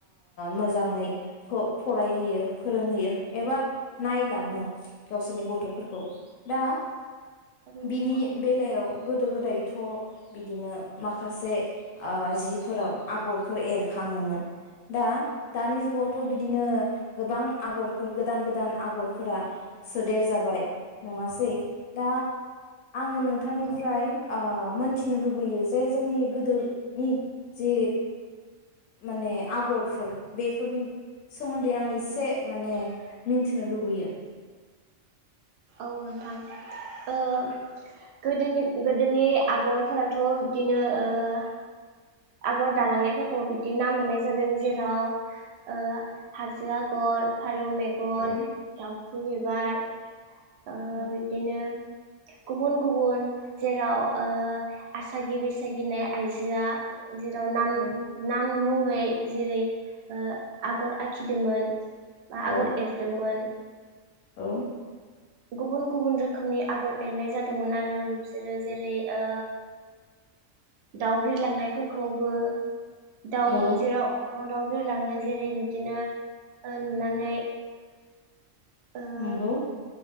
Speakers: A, on the left (about 80°); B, on the right (about 60°).
A: मोजाङै आ फ-फरायहोयो फोरोंहोयो एबा नायलाङो गावसोरनि गथ'फोरखौ। दा
B: नंगौ
A: बिनि बेलायाव गोदो गोदाय थ' बिदिनो माखासे ओ जिब फोराव आगरफोर एरखाङोमोन दा दानि जुगावथ' बिदिनो गोबां आगरफोर गोदान-गोदान आगरफोरा सोदेर जाबाय नङासै। दा आङो
B: थारैनो
A: नोंथांनिफ्राय
B: नंगौ
A: ओ मोन थिनो लुबैयो जे जोंनि गोदोनि जे माने आगरफोर बेफोरनि सोमोन्दै आं एसे माने मिन्थिनो लुबैयो।
B: औ नोंथां ओ गोदोनि-गोदोनि आगरफोराथ' बिब्दिनो ओ आगर दालांनायफोरखौ बिदि नाम मोननाय जादों जेराव ओ हाजो आगर, फा रौ मेगन,
A: औ
B: दावथु बिबार, ओ
A: औ
B: बिदिनो गुबुन-गुबुन जेराव ओ आसागि बैसागिनाय आइजोआ जेराव नाम-नाम
A: औ
B: मुङै जेरै ओ आगर आखिदोंमोन। बा
A: औ
B: आगर एरदोंमोन।
A: औ
B: गुबुन-गुबुन रोखोमनि आगर एरनाय जादोंमोन आरो बिसोरो जेरै ओ दाव बिरलांनायफोरखौबो दाव
A: औ
B: जेराव अख्रां दाव बिरलाङो जेरै बिब्दिनो ओ नुनानै ओ
A: नंगौ